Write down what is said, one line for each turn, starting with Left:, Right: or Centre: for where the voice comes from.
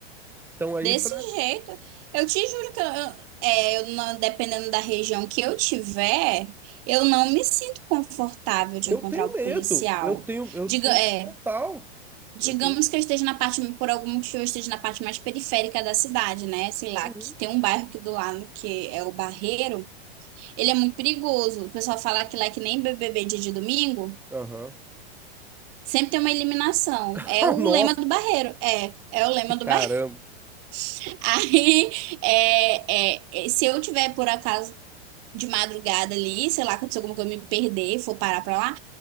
Centre: estão aí
Right: desse
Centre: para
Right: jeito. Eu te juro que eu, eu- é, eu não- dependendo da região que eu tiver, eu não me sinto confortável de
Centre: Eu
Right: encontrar
Centre: tenho
Right: o
Centre: medo.
Right: policial.
Centre: Eu tenho, eu
Right: Diga,
Centre: tenho
Right: é.
Centre: total.
Right: Digamos
Centre: Eu tenho.
Right: que eu esteja na parte, por algum motivo, eu esteja na parte mais periférica da cidade, né? Sei lá,
Centre: Uhum.
Right: que tem um bairro aqui do lado que é o Barreiro. Ele é muito perigoso. O pessoal fala que lá é que nem BBB dia de domingo,
Centre: Aham.
Right: sempre tem uma eliminação.
Centre: <laughs>
Right: É o
Centre: Nossa,
Right: lema do Barreiro. É, é o lema do
Centre: caramba.
Right: Barreiro. <laughs> Aí, é, é, é, se eu tiver, por acaso, de madrugada ali, sei lá, aconteceu alguma coisa, eu me perder, for parar pra lá,